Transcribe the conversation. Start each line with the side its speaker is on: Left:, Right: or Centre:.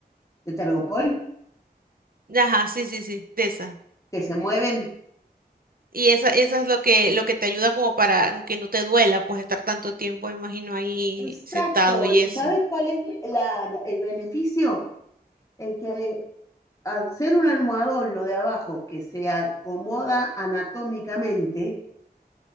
Left: de tergopol
Right: Ajá, sí, sí, sí, de esas.
Left: que se mueven.
Right: Y esa, esa es lo que, lo que te ayuda como para que no te duela, pues estar tanto tiempo, me imagino, ahí
Left: Exacto,
Right: sentado y
Left: ¿y
Right: eso.
Left: sabes cuál es la- la- el beneficio? El que al ser un almohadón, lo de abajo, que se acomoda anatómicamente,